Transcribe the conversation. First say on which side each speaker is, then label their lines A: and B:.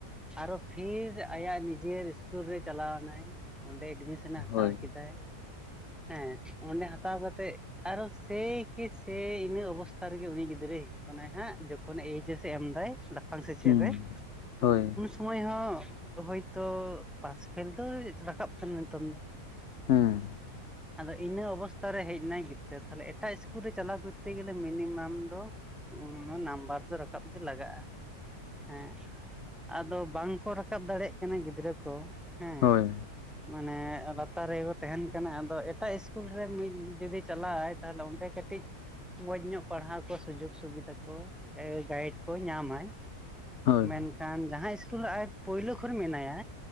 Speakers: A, in the centre; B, on the left.
A: ᱟᱨᱚ ᱯᱷᱤᱨ ᱟᱭᱟᱜ ᱱᱤᱡᱮᱨ ᱤᱥᱠᱩᱞ ᱨᱮ ᱪᱟᱞᱟᱣᱱᱟᱭ ᱚᱸᱰᱮ ᱮᱰᱢᱤᱥᱚᱱᱮ ᱦᱟᱛᱟᱣ
B: ᱦᱳᱭ
A: ᱠᱮᱫᱟᱭ ᱦᱮᱸ ᱚᱸᱰᱮ ᱦᱟᱛᱟᱣ ᱠᱟᱛᱮᱜ ᱟᱨᱚ ᱥᱮᱭ ᱠᱮ ᱥᱮᱭ ᱤᱱᱟᱹ ᱚᱵᱚᱥᱛᱟ ᱨᱮᱜᱮ ᱩᱱᱤ ᱜᱤᱫᱽᱨᱟᱹᱭ ᱦᱤᱡᱩᱜ ᱠᱟᱱᱟᱭ ᱦᱟᱸᱜ ᱡᱚᱠᱷᱱ ᱮᱭᱤᱪᱮᱥ ᱮ ᱮᱢᱫᱟᱭ ᱞᱟᱯᱷᱟᱝ ᱥᱮᱪᱮᱫ
B: ᱦᱮᱸ
A: ᱨᱮ ᱾
B: ᱦᱳᱭ
A: ᱥᱳᱢᱚᱭ ᱦᱚᱸ ᱦᱚᱳᱭᱛᱚ ᱯᱟᱥᱯᱷᱮᱞ ᱫᱚ ᱨᱟᱠᱟᱵ ᱠᱟᱱᱟ ᱱᱤᱛᱚᱝ ᱫᱚ
B: ᱦᱮᱸ
A: ᱾ ᱟᱫᱚ ᱤᱱᱟᱹ ᱚᱵᱚᱥ ᱛᱟ ᱨᱮ ᱦᱮᱡ ᱮᱱᱟᱭ ᱜᱤᱫᱽᱨᱟᱹ ᱛᱟᱦᱚᱞᱮ ᱮᱴᱟᱜ ᱤᱥᱠᱩᱞ ᱨᱮ ᱪᱟᱞᱟᱣ ᱠᱚᱨᱛᱮ ᱜᱮᱞᱮ ᱢᱤᱱᱤᱢᱟᱢ ᱫᱚ ᱱᱟᱢᱵᱟᱨ ᱫᱚ ᱨᱟᱠᱟᱵ ᱜᱮ ᱞᱟᱜᱟᱜᱼᱟ ᱦᱮᱸ ᱾ ᱟᱫᱚ ᱵᱟᱝᱠᱚ ᱨᱟᱠᱟᱵ ᱫᱟᱲᱮᱭᱟᱜ ᱠᱟᱱᱟ ᱜᱤᱫᱽᱨᱟᱹ ᱠᱚ ᱦᱮᱸ᱾
B: ᱦᱳᱭ
A: ᱢᱟᱱᱮ ᱞᱟᱛᱟᱨ ᱨᱮᱠᱚ ᱛᱟᱦᱮᱱ ᱠᱟᱱᱟ ᱟᱫᱚ ᱮᱴᱟᱜ ᱤᱥᱠᱩᱞ ᱨᱮ ᱢᱤᱫ ᱡᱩᱫᱤ ᱪᱟᱞᱟᱜᱟᱭ ᱛᱟᱦᱚᱞᱮ ᱚᱸᱰᱮ ᱠᱟᱹᱴᱤᱡ ᱢᱚᱡᱽ ᱧᱚᱜ ᱯᱟᱲᱦᱟᱣ ᱠᱚ ᱥᱩᱡᱳᱜᱽ ᱥᱩᱵᱤᱫᱟ ᱠᱚ ᱜᱟᱭᱤᱰ ᱠᱚ ᱧᱟᱢᱟᱭ
B: ᱦᱳᱭ
A: ᱢᱮᱱᱠᱷᱟᱱ ᱠᱷᱟᱱ ᱡᱟᱦᱟᱸ ᱤᱥᱠᱩᱞ ᱟᱡ ᱯᱳᱭᱞᱳ ᱠᱷᱚᱱ ᱢᱮᱱᱟᱭᱟ